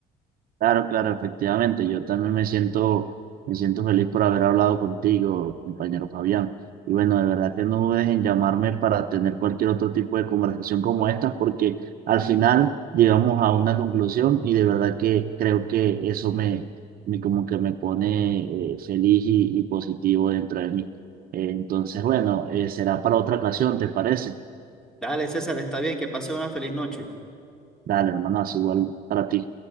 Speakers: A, on the right (about 60°); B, in the centre.
A: Claro, claro, efectivamente. Yo también me siento, me siento feliz por haber hablado contigo, compañero Fabián. Y bueno, de verdad que no dudes en llamarme para tener cualquier otro tipo de conversación como esta, porque al final llegamos a una conclusión y de verdad que creo que eso me, me como que me pone eh, feliz y, y positivo dentro de mí. Eh, entonces, bueno, eh, será para otra ocasión, ¿te parece?
B: Dale, César, está bien, que pases una feliz noche.
A: Dale, hermano, es igual para ti.